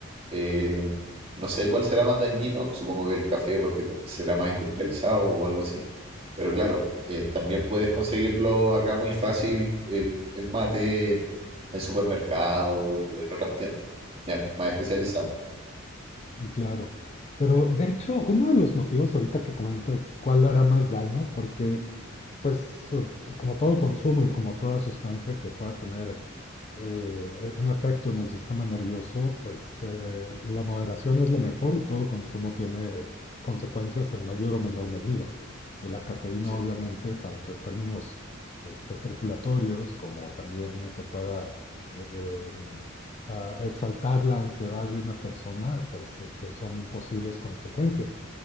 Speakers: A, on the right; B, on the left.
A: Eh, no sé cuál será más dañino, supongo que el café porque te- será más industrializado o algo así. Pero claro, eh, también puedes conseguirlo acá muy fácil el, el mate en, en supermercados o en otras tiendas, ya, más especializadas.
B: Claro, pero de hecho uno de los motivos ahorita que comentas cuál hará más daño, porque pues eh, como todo consumo y como toda sustancia que pueda tener eh, un efecto en el sistema nervioso, pues eh, la moderación es lo mejor y todo consumo tiene consecuencias en mayor o menor medida. Y la cafeína,
A: Sí,
B: obviamente, tanto en términos este, circulatorios como también eh, que pueda eh, a- exaltar la ansiedad de una persona, pues este, son posibles consecuencias.